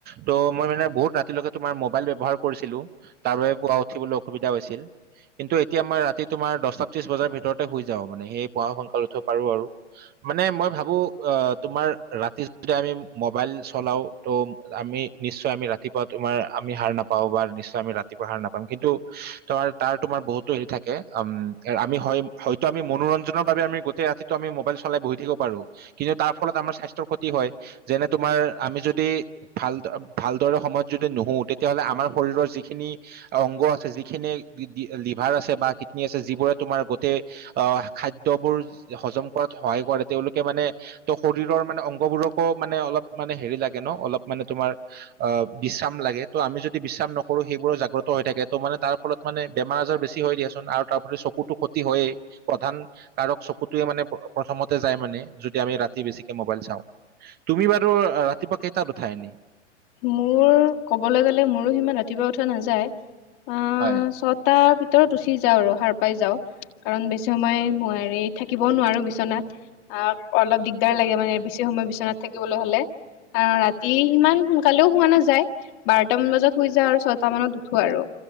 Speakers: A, on the right; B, on the left.
A: ত' মই মানে বহুত ৰাতিলৈকে তোমাৰ মোবাইল ব্যৱহাৰ কৰিছিলো তাৰ বাবে পুৱা উঠিবলৈ অসুবিধা হৈছিল কিন্তু এতিয়া আমাৰ ৰাতি তোমাৰ দহটা ত্ৰিশ বজাৰ ভিতৰতে শুই যাও মানে সেই পুৱাও সোনকাল উঠৈ পাৰো আৰু মানে মই ভাবো অ তোমাৰ ৰাতি যদি আমি মোবাইল চলাও ত' আমি নিশ্চয় আমি ৰাত ৰাতিপুৱা তোমাৰ আমি সাৰ নাপাও বা নিশ্চয় আমি ৰাতিপুৱা সাৰ নাপাম কিন্তু তোমাৰ তাৰ তোমাৰ বহুতো হেৰি থাক কে উম আমি হয় হয়তো আমি মনোৰঞ্জনৰ বাবে আমি গোটেই ৰাতিটো আমি মোবাইল চলাই বহি থাকিব পাৰো কিন্তু তাৰ ফলত আমাৰ স্বাস্থ্যৰ ক্ষতি হয় যেনে তোমাৰ আমি যদি ভাল ভাল দৰে সময়ত যদি নুশু তেতিয়াহলে আমাৰ শৰীৰৰ যিখিনি অংগ আছে যিখিনি লিভাৰ আ আছে বা কিতনী আছে যিবোৰে তোমাৰ গোটেই আহ খাদ্যবোৰ হজম কৰাত সহায় কৰে তেওঁলোকে মানে ত শৰীৰৰ মানে অংগবোৰকো মানে অলপ মানে হেৰি লাগে ন অলপ মানে তোমাৰ অ বিশ্ৰাম লাগে ত' আমি যদি বিশ্ৰাম নকৰো সেইবোৰৰ জাগ্ৰত হৈ থাকে ত মানে তাৰ ফলত মানে বেমাৰ আজাৰ বেছি হয় দিয়াচোন আৰু তাৰ প্ৰতি চকুতো ক্ষতি হয়েই প্ৰধান কাৰক চকুতোৱে মানে প্ৰথমতে যায় মানে আমি ৰাতি বেছিকে মবাইল চাওঁ। তুমি বাৰু ৰাতিপুৱা কেইটাত উঠা এনে?
B: মোৰ ক'বলৈ গ'লে মোৰো সিমান ৰাতিপুৱা উঠোৱা নাযায়। অ
A: হয়
B: ছটাৰ ভিত তৰত উঠি যাওঁ আৰু সাৰ পাই যাওঁ কাৰণ বেছি সময় মোৱাৰি থাকিবও নোৱাৰো বিচনাত। আহ অলপ দিগদাৰ লাগে মানে বেছি সময় বিচনাত থাকিবলৈ হ'লে আ ৰাতি সিমান শুন কালো হোৱা নাযায় বাৰটামান বজাত হৈ যায় আৰু ছয়টা মানত উঠো আৰু।